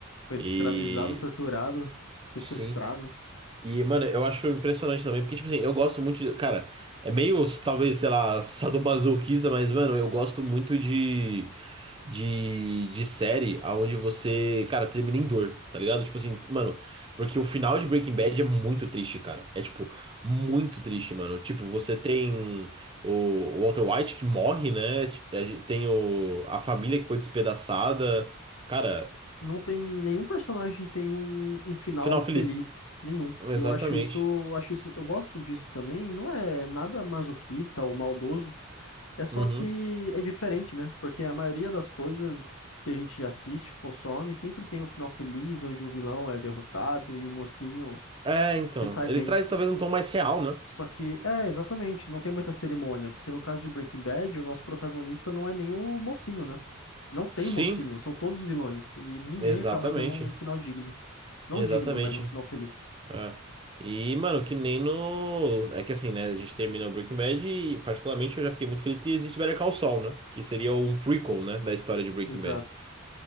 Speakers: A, on the left; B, on the right.
A: Foi
B: E.
A: escravizado, torturado, sequestrado.
B: Sim. E, mano, eu acho impressionante também, porque, tipo assim, eu gosto muito de. Cara, é meio, talvez, sei lá, sadomasoquista, mas, mano, eu gosto muito de, de, de série aonde você, cara, termina em dor, tá ligado? Tipo assim, mano, porque o final de Breaking Bad é muito triste, cara. É, tipo, muito triste, mano. Tipo, você tem o, o Walter White que morre, né? É, Tem o, a família que foi despedaçada. Cara,
A: não tem nenhum personagem tem um, um final
B: final
A: feliz,
B: feliz.
A: nenhum.
B: Exatamente.
A: E eu acho isso, acho isso, eu gosto disso também, não é nada masoquista ou maldoso, é só
B: Uhum.
A: que é diferente, né? Porque a maioria das coisas que a gente assiste, consome, sempre tem um final feliz onde o vilão é derrotado e o mocinho
B: É, então.
A: se sai bem.
B: Ele traz talvez um tom mais real, né?
A: Só que, é, exatamente, não tem muita cerimônia, porque no caso de Breaking Bad, o nosso protagonista não é nem o mocinho, né? Não tem
B: Sim,
A: mocinho, são todos vilões, e ninguém
B: exatamente.
A: acaba tendo um final digno. Não
B: Exatamente.
A: digno, mas um final feliz.
B: É. E, mano, que nem no. É que assim, né? A gente terminou Breaking Bad e, particularmente, eu já fiquei muito feliz que existe Better Call Saul, né? Que seria um prequel, né? Da história de Breaking
A: Exato.
B: Bad.